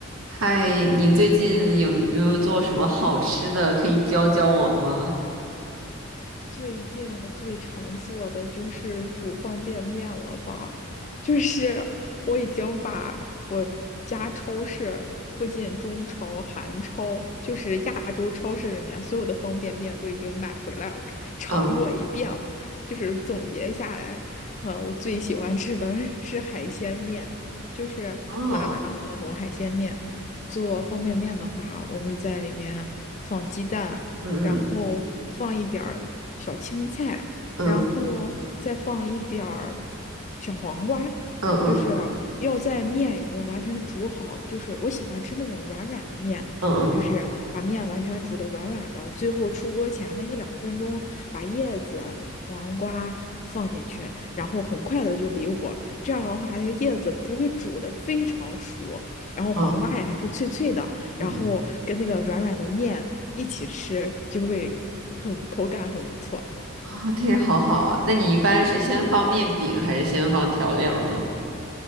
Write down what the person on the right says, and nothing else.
嗨，你最近有没有做什么好吃的？可以教教我吗？
嗯，
哦，
嗯
嗯
嗯嗯
嗯嗯
嗯嗯，
啊，这好好啊。那你一般是先放面饼还是先放调料呢？